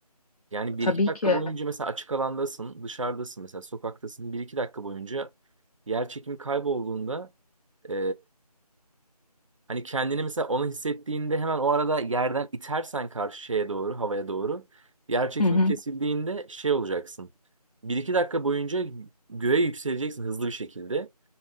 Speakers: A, on the right; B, on the left.
A: Yani bir
B: Tabii
A: iki dakika
B: ki.
A: boyunca mesela açık alandasın, dışarıdasın mesela sokaktasın. Bir iki dakika boyunca yer çekimi kaybolduğunda e, hani kendini mesela onu hissettiğinde hemen o arada yerden itersen karşı şeye doğru, havaya doğru yer çekimi
B: Hı hı,
A: kesildiğinde şey olacaksın. Bir iki dakika boyunca göğe yükseleceksin hızlı bir şekilde.